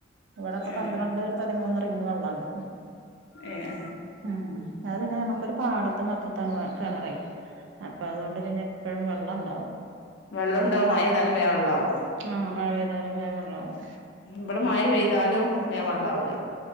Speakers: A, on the right (about 65°); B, on the left (about 60°).
A: ഇവിടെ പ്പ
B: ഏഹ്
A: പന്ത്രണ്ട് പതിമൂന്ന് റിംഗ് വെള്ളണ്ട്.
B: ഏഹ്
A: ഉം. അത് പിന്നെ നമക്കൊരു പാടത്തും വ പട് താണ് കിണറയ് അപ്പൊ അതുകൊണ്ട് പിന്നെ പ്പഴും വെള്ളം ഉണ്ടാവും.
B: വെള്ളണ്ടാവും മഴതാലും വേം വെള്ളമാവും
A: ആഹ് മഴ പെയ്താലും വേ വെള്ളമാവും.
B: വടെ മഴ പെയ്താലും വേമവള്ളാവൂല.